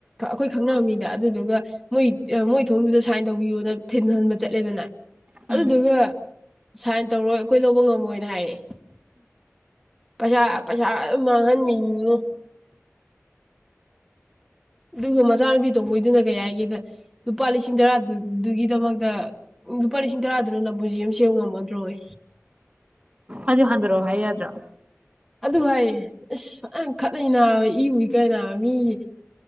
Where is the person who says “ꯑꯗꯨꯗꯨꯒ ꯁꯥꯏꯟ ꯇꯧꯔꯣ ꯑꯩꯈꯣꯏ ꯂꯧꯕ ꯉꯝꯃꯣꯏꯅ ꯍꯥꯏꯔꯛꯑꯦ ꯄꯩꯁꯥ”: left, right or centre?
Centre